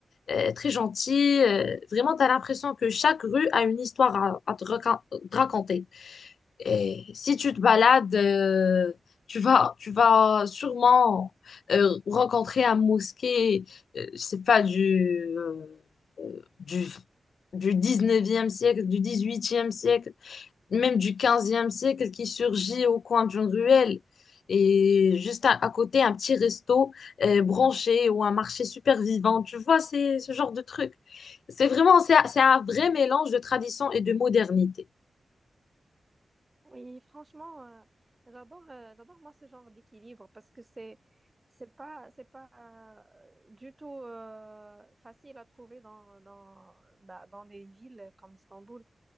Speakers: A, on the left (about 85°); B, on the right (about 25°).
A: euh, très gentils. euh, vraiment, tu as l'impression que chaque rue a une histoire à, à te raconter te raconter. Et si tu te balades, euh, tu vas, tu vas sûrement euh, rencontrer un mosquée, euh, je sais pas, du, euh, du, du 19e siècle, du dix huitième siècle, même du quinzième siècle qui surgit au coin d'une ruelle. Et juste à, à côté, un petit resto euh, branché ou un marché super vivant. Tu vois, c'est ce genre de truc. C'est vraiment, c'est c'est un vrai mélange de tradition et de modernité.
B: Oui, franchement, euh, j'adore, euh, j'adore moi ce genre d'équilibre parce que c'est, c'est pas, c'est pas euh, du tout euh, facile à trouver dans, dans, bah, dans des villes comme Istanbul.